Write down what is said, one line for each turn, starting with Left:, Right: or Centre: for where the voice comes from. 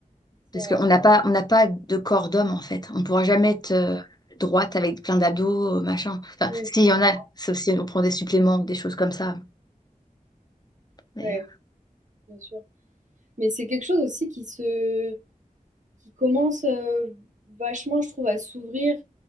Left: Parce
Right: c'est vrai.
Left: qu'on n'a pas, on n'a pas de corps d'homme, en fait. On ne pourra jamais être euh, droite avec plein d'abdos, machin. Enfin,
Right: Ouais,
Left: s'il y en
Right: ouais,
Left: a, sauf si on prend des suppléments, des choses comme ça. Mais,
Right: ouais,
Left: euh,
Right: bien sûr. Mais c'est quelque chose aussi qui se, qui commence euh, vachement, je trouve, à s'ouvrir,